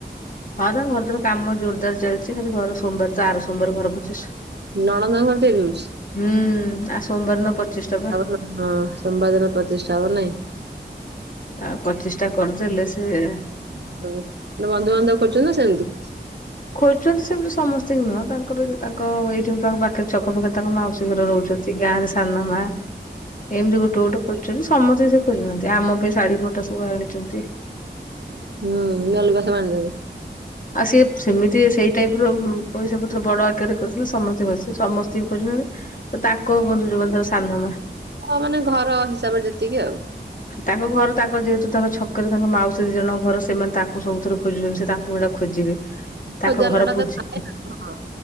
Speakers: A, on the left; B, on the right.
A: ହଁ ତା ଘର ଦ୍ୱାର କାମ ଜୋରଦାର ଚାଲିଛି କିନ୍ତୁ ଘର ସୋମବାର ତ ଆର ସୋମବାର ଘର ପ୍ରତିଷ୍
B: ନଣନ୍ଦ ଘର ତିଆରି କରୁଛି।
A: ହୁଁ ଆଉ ସୋମବାର ଦିନ ପଚିଷ୍ଟା ପା
B: ତାପରେ ହଁ ସୋମବାର ଦିନ ପ୍ରତିଷ୍ଠା ହବ ନାଇଁ?
A: ଆଉ ପ୍ରତିଷ୍ଟା କରିଦେଲେ ସିଏ
B: ହ ଗଟେ ବନ୍ଧୁବାନ୍ଧବ କରୁଛନ୍ତି ନା ସେମିତି?
A: ଖୋଜୁଛନ୍ତି ସେମିତି ସମସ୍ତେ କି ନୁହଁ ତାଙ୍କର ତାଙ୍କ ଏଇଠି ତାଙ୍କ ପାଖରେ ଛକ ପାଖରେ ତାଙ୍କ ମାଉସୀ ଘରେ ରହୁଛନ୍ତି। ସେଇ ଗାଁ ରେ ସାନମାଆ।
B: ଁ <unintelligible>
A: ଏମିତି ଗୋଟେ ଗୋଟେ କରୁଛନ୍ତି ସମସ୍ତେ ସେ କରିନାହାନ୍ତି ଆମ ପାଇଁ ଶାଢ଼ୀ ପଟା ସବୁ ଆଣିଛନ୍ତି।
B: ହୁଁ <unintelligible>
A: ଆଉ ସିଏ ସେମିତି ସେଇ ଟାଇପ୍ ର ପଇସା ପତ୍ର ବଡ଼ ଆକାରରେ କରିଥିଲେ ସମସ୍ତେ <unintelligible> ତ ତାଙ୍କ ବନ୍ଧୁ ଯୋଉ ମାନେ ତାଙ୍କ ସାନମା
B: ହଁ ମାନେ ଘର ହିସାବରେ ଯେତିକି ଆଉ।
A: ତାଙ୍କ ଘର ତାଙ୍କ ଯେହେତୁ ତାଙ୍କ ଛ କରେ ତାଙ୍କ ମାଉସୀ ଦି ଜଣଙ୍କ ଘର ସେମାନେ ତାଙ୍କୁ ସବୁଥୀରେ ଖୋଜୁଛନ୍ତି ସେ ତାଙ୍କୁ ସେଟା ଖୋଜିବେ। ତାଙ୍କ
B: ଖୋଜା
A: ଘର
B: ଲୋଡ଼ା
A: ପୂଜି
B: ତ ଥାଏ ହଁ